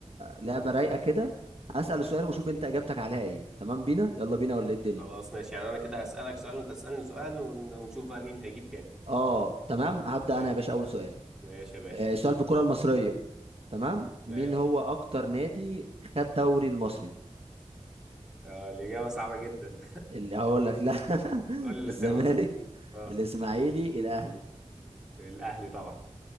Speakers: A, on the right; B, in the centre.
A: لعبه رايقه كده هسال سؤال وشوف انت اجابتك عليها ايه تمام بينا يلا بينا ولا ايه الدنيا
B: خلاص ماشي يعني انا كده هسألك سؤال وانت تسألني سؤال ون- ونشوف بقى مين هيجيب كام
A: اه تمام هبدا
B: ماشي
A: انا يا باشا اول سؤال
B: ماشي يا باشا
A: آه، السؤال في الكوره المصريه تمام مين
B: ماشي
A: هو اكتر نادي خد دوري المصري
B: اه الإجابة صعبة جدا
A: اللي هقول لك لا
B: <laughs>
A: <laughs>
B: قول لي الاختيارات
A: الزمالك
B: اه
A: الاسماعيلي الاهلي
B: الأهلي طبعا